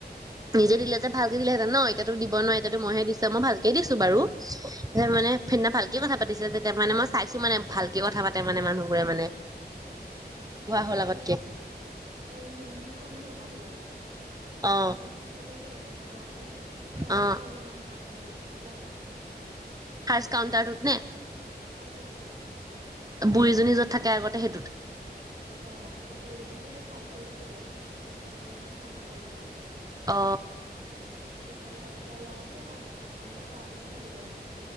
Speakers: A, on the right; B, on the right.
A: নিজে দিলেতে ভালকে দিলেহেতেন ন এতিয়া দিব নোৱাৰে এতিয়া তো মই হে
B: অ',
A: দিছো, মই ভালকে দিছো বাৰু <unintelligible> মানে
B: উম,
A: সিদিনা ভালকে কথা পাতিছে তেতিয়া মানে মই চাইছো মানে, ভালকে কথা পাতে মানে মানুহ পোৰা মানে
B: উম, এ
A: হ'ল
B: হেৰি,
A: আগতকে
B: অই হিন্দী কোৱা মানুহ এটা আহিলে কি
A: অ
B: নতুন নিকি চাগে দে গম না কম হয় । তাৰ
A: অ
B: ওচৰতে আজি ইমান কাম আছিলে। সি বৰ ভাল।
A: ফাৰ্ষ্ট কাউণ্টাৰটোত নে?
B: ছেকেণ্ডটোত
A: বুঢ়ীজনী য'ত থাকে আগতে সেইটোত।
B: অ, এ বুঢ়িজনী এতিয়া সেই চাইডলে গুচি গ'ল, তিনি নম্বৰ নে চাৰি নম্বৰটোলে
A: অ।
B: ইফালে আৰু দুটা ল'ৰা আছে আৰু প্ৰথমৰ কাণ্ডত আৰু এজনী ছোৱালী বহে।